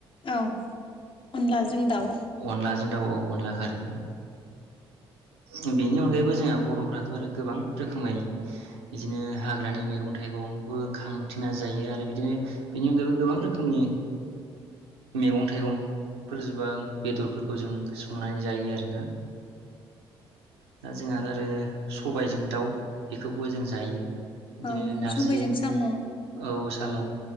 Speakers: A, on the left; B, on the right.
A: औ अनला जों जों दाउ
B: अनलाजों दाउ औ अनला खारै ओम बेनि अनगायैबो जोंहा बर'फ्राथ' आरो गोबां रोखोमै बिदिनो हाग्रानि मैगं थाइगंबो खांथेना जायो आरो बिदिनो बेनि अनगायैबो गोबां रोखोमनि मैगं थाइगंफोर जोबा बेदरफोरखौ जों संनानै जायो आरो ना दा जोंहा <unintelligible> आरो सबायजों दाउ बेखौबो जों जायो बिदिनो
A: औ
B: नारजि
A: सबायजों साम'
B: औ साम'